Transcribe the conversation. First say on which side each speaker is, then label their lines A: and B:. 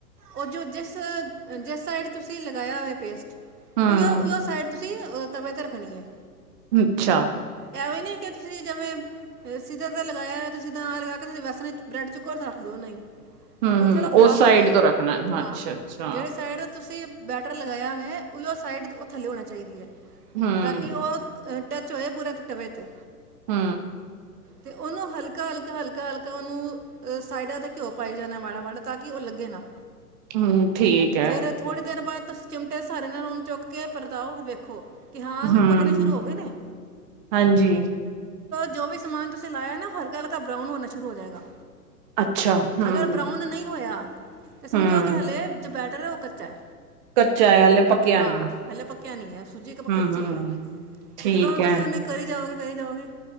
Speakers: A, on the right (about 70°); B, on the right (about 30°).
A: ਉਹ ਜੋ ਜਿਸ ਸਾਈਡ ਤੁਸੀਂ ਲਗਾਇਆ ਵੇ ਪੇਸਟ
B: ਹੂੰ,
A: ਉਹ ਉਹੀ ਸਾਈਡ ਤੁਸੀਂ ਤੁਸੀਂ ਤਵੇ ਤੇ ਰੱਖਣੀ ਐ।
B: ਅੱਛਾ,
A: ਐਵੇਂ ਹੀ ਨਹੀਂ ਕਿ ਤੁਸੀਂ ਜਿਵੇਂ ਸਿੱਧਾ ਤੇ ਲਗਾਇਆ, ਹੋਆ ਤੁਸੀ ਸਿੱਧਾਂ ਨਾ ਲਗਾ ਕੇ ਤੁਸੀਂ ਵੈਸੇਬਰੈਂਡ ਚੁੱਕੋ ਤੇ ਰੱਖ ਦਿਓ
B: ਹਾਂ-ਹਾਂ
A: ਉਹ ਫਿਰ ਉਹ ਖ਼ਰਾਬ
B: ਉਸ ਸਾਈਡ
A: ਹੋ ਜਾਏਗਾ
B: ਤੋਂ ਰੱਖਣਾ
A: ਹਾਂ
B: ਅੱਛਾ-ਅੱਛਾ,
A: ਜਿਹੜੇ ਸਾਈਡ ਤੁਸੀਂ ਬੈਟਰ ਲਗਾਇਆ ਮੈਂ ਉ ਸਾਈਡ ਉਹ ਥੱਲੇ ਹੋਣਾ ਚਾਹੀਦੀ ਹੈ।
B: ਹੂੰ।
A: ਤਾਂ ਕਿ ਉਹ ਟੱਚ ਹੋਏ ਪੂਰਾ ਤਬੇ ਤੇ।
B: ਹੂੰ
A: ਤੇ ਉਹਨੂੰ ਹਲਕਾ-ਹਲਕਾ-ਹਲਕਾ-ਹਲਕਾ ਉਹਨੂੰ ਅਹ ਸਾਈਡਾਂ ਤੇ ਘਿਓ ਪਾਈ ਜਾਣਾ ਮਾੜਾ-ਮਾੜਾ ਤਾਂ ਕਿ ਉਹ ਲੱਗੇ ਨਾ
B: ਹੂੰ ਠੀਕ ਐ
A: ਫਿਰ ਥੋੜ੍ਹੀ ਦੇਰ ਬਾਅਦ ਤੁਸੀਂ ਚਿਮਟੇ ਸਾਰੇ ਨਾਲ ਓਨੂੰ ਚੁੱਕ ਕੇ ਪਰਤਾਓ ਵੇਖੋ ਕਿ ਹਾਂ ਵੀ
B: ਹੂੰ
A: ਪੱਕਣੇ ਸ਼ੁਰੂ ਹੋ ਗਏ ਨੇ
B: ਹਾਂਜੀ
A: ਜੋ ਵੀ ਸਮਾਨ ਤੁਸੀਂ ਲਾਇਆ ਨਾ ਹਲਕਾ-ਹਲਕਾ ਬਰਾਊਨ ਹੋਨਾ ਸ਼ੁਰੂ ਹੋ ਜਾਏਗਾ।
B: ਅੱਛਾ ਹੂੰ
A: ਅਗਰ ਬਰਾਊਨ ਨਹੀਂ ਹੋਇਆ ਤੇ ਸਮਝੋ
B: ਹੂੰ,
A: ਕਿ ਹਲੇ ਜੋ ਬੈਟਰ ਹੈ ਓ ਕੱਚਾ
B: ਕੱਚਾ ਐ ਹਲੇ ਪੱਕਿਆ
A: ਹਾਂ
B: ਨੀ,
A: ਹਲੇ ਪੱਕਿਆ ਨੀ ਹੈ ਸੂਜੀ ਇੱਕ
B: ਹੂੰ-ਹੂੰ,
A: ਕੱਚੀ ਹੈ
B: ਠੀਕ
A: ਤੇ ਜਦੋਂ ਤੁਸੀਂ
B: ਐ,
A: ਉਹਨੇ ਕਰੀ ਜਾਓਗੇ ਕਰੀ ਜਾਓਗੇ